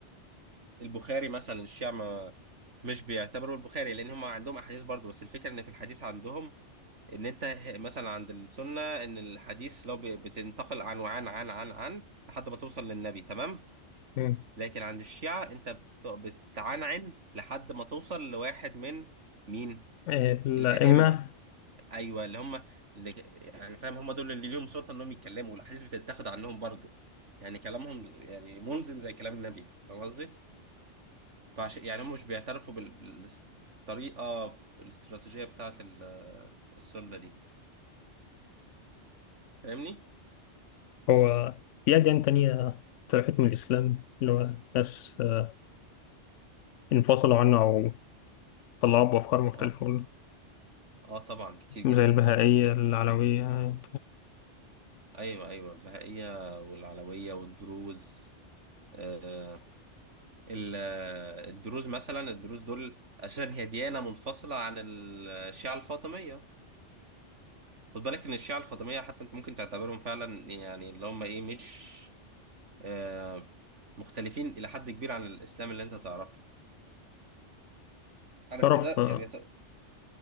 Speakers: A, on the right (about 80°); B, on the left (about 90°).
A: البخاري مثلا الشيعة ما- مش بيعتبروا البخاري لان هم عندهم احاديث برضو بس الفكره ان في الحديث عندهم ان انت ه- مثلا عند السنه ان الحديث لو ب- بتنتقل عن وعن عن عن عن لحد ما توصل للنبي تمام
B: مم.
A: لكن عند الشيعة انت بت- بتعنعن لحد ما توصل لواحد من مين
B: الأئمة
A: الائمه ايوه اللي هم اللي يعني فاهم هم دول اللي ليهم سلطه انهم يتكلموا والاحاديث بتتاخد عنهم برضو يعني كلامهم يعني ملزم زي كلام النبي فاهم قصدي فعشان يعني هم مش بيعترفوا بال- بالطريقة الاستراتيجية بتاعة ال- السنة دي فاهمني؟
B: هو في أديان تانية طلعت من الإسلام اللي هو ناس آه، انفصلوا عنه أو طلعوا بأفكار مختلفة
A: اه اه طبعا كتير جدا
B: زي البهائية العلوية
A: ايوه ايوه البهائية والعلوية والدروز آه ال- الدروز مثلا الدروز دول اساسا هي ديانة منفصلة عن الشيعة الفاطمية خد بالك ان الشيعة الفاطمية حتى انت ممكن تعتبرهم فعلا يعني اللي هم ايه مش آه مختلفين الى حد كبير عن الاسلام اللي انت تعرفه عارف
B: تعرف
A: كده
B: آه،
A: يعني ت...